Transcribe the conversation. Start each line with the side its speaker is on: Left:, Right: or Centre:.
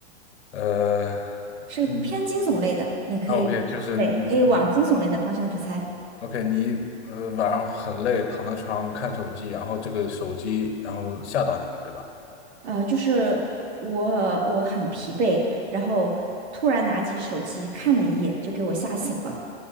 Left: 呃，
Right: 是偏惊悚类的，
Left: 嗯
Right: 你可以，
Left: ，OK，就是你你
Right: 对，你可以往惊悚类的方向去猜。
Left: OK，你呃晚上很累，躺在床上看手机，然后这个手机然后吓到你了，对吧？
Right: 呃，就是我我很疲惫，然后突然拿起手机看了一眼，就给我吓醒了。